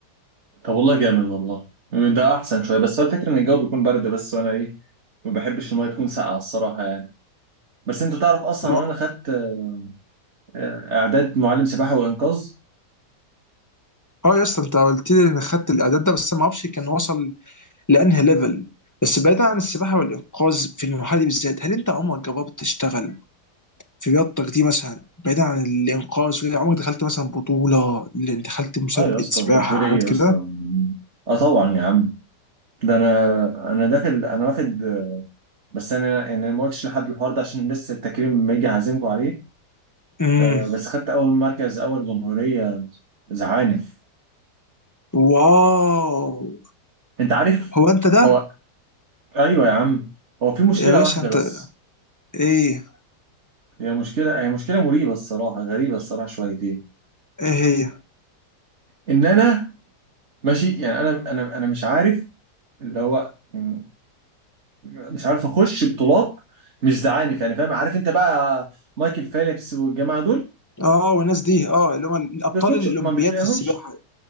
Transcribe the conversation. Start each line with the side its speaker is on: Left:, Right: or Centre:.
Right: طب والله جامد والله ده احسن شوية بس هو الفكرة ان الجو بيكون برد بس وانا ايه ما بحبش المية تكون ساقعة الصراحة يعني بس انت تعرف اصلا
Left: ما-
Right: ان انا خدت آه، آه، اعداد معلم سباحة وانقاذ؟
Left: اه يا اسطى انت قلت لي ان خدت الاعداد ده بس ما اعرفش كان وصل لانهي ليفل بس بعيدا عن السباحه والانقاذ في المرحله دي بالذات هل انت عمرك جربت تشتغل في رياضتك دي مثلا بعيدا عن الانقاذ وكده، عمرك دخلت مثلا بطوله اللي دخلت مسابقه
Right: اه يا اسطى
Left: سباحه
Right: انت بتقول
Left: حاجات
Right: ايه يا
Left: كده
Right: اسطى؟ اه طبعا يا عم ده انا انا داخل انا واخد بس انا يعني أنا ما قلتش لحد الحوار ده عشان لسه التكريم لما يجي هعزمكم عليه
Left: امم
Right: آه، بس خدت اول مركز اول جمهورية زعانف
Left: واو
Right: انت عارف
Left: هو انت ده
Right: هو ايوه يا عم هو في مشكلة
Left: يا باشا
Right: واحدة
Left: انت
Right: بس
Left: ايه
Right: هي مشكلة هي مشكلة مريبة الصراحة غريبة الصراحة شويتين
Left: ايه هي
Right: ان انا ماشي يعني انا انا انا مش عارف اللي هو يعني مش عارف اخش بطولات مش زعانف يعني فاهم عارف انت بقى مايكل فيليبس والجماعة دول
Left: اه والناس دي اه اللي هم الابطال
Right: بيخش
Left: الاولمبياد
Right: ما بتلاقيهمش
Left: في السباحه